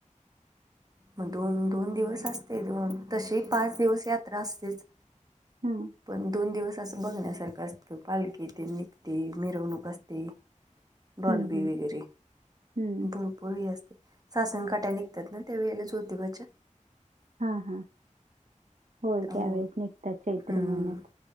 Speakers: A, on the right; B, on the right.
A: मग दोन दोन दिवस असते, दोन तशी पाच दिवस यात्रा असतेच.
B: हां.
A: पण दोन दिवस. बघण्यासारखं असतं, पालखी ते निघते मिरवणूक असते. डॉलबी
B: हं, हं.
A: वगैरे
B: हं.
A: बर परळी असते, सासणकाट्या निघतात ना त्या वळेला ज्योतिबाच्या?
B: हा हा. होय
A: त्यामुळं
B: त्यावेेळेस निघतात चैत्र
A: हम्म,
B: महिन्यात,